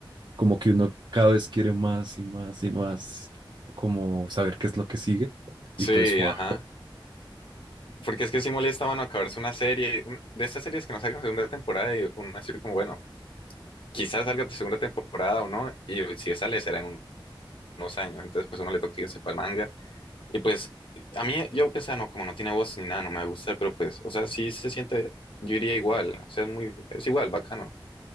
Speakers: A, on the right; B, on the left.
A: como que uno cada vez quiere más y más y más, como saber qué es lo que sigue. Y
B: Sí,
A: pues, wow.
B: ajá. Porque es que sí molesta, mano, acabarse una serie, un- de estas series que no sacan segunda temporada y uno así como, bueno, quizás salga tu segunda temporada o no, y si sale será en un- unos años, entonces pues uno le toca irse para el manga Y pues, a mí, yo que sea, no, como no tiene voz ni nada, no me va a gustar, pero pues, o sea, sí se siente, yo diría igual, o sea, es muy, es igual, bacano.